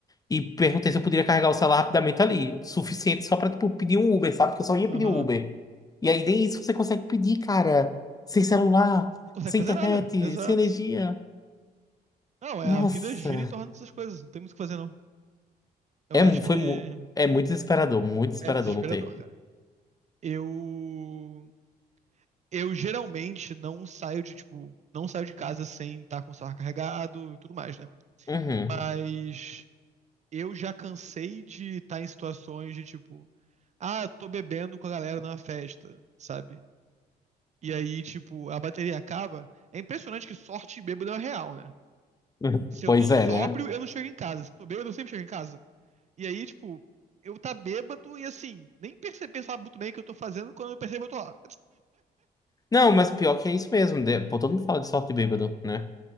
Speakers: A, on the left (about 20°); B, on the right (about 40°).
A: E perguntei se eu poderia carregar o celular rapidamente ali. Suficiente só pra, tipo, pedir um Uber, sabe? Porque eu só ia
B: Aham.
A: pedir um Uber. E aí nem isso você consegue pedir, cara. Sem celular,
B: Não consegue
A: sem
B: fazer
A: internet,
B: nada, exato.
A: sem energia.
B: Não,
A: Nossa.
B: é, a vida gira em torno dessas coisas, não tem muito o que fazer, não. Eu
A: É,
B: acho
A: mu-
B: que
A: foi, mu- é muito desesperador, muito desesperador
B: é desesperador,
A: não ter.
B: cara. Eu eu geralmente não saio de, tipo, não saio de casa sem estar com o celular carregado e tudo mais, né?
A: Uhum.
B: Mas eu já cansei de estar em situações de tipo, ah, tô bebendo com a galera numa festa, sabe? E aí, tipo, a bateria acaba. É impressionante que sorte de bêbado é real, né?
A: <laughs>
B: Se
A: Pois
B: eu tô sóbrio,
A: é, né?
B: eu não chego em casa. Se eu tô bêbado, eu sempre chego em casa. E aí, tipo, eu tá bêbado e assim, nem perceber, sabe muito bem o que eu tô fazendo, quando eu percebo, eu tô lá.
A: Não, mas pior que é isso mesmo. né? Pô, todo mundo fala de sorte de bêbado, né?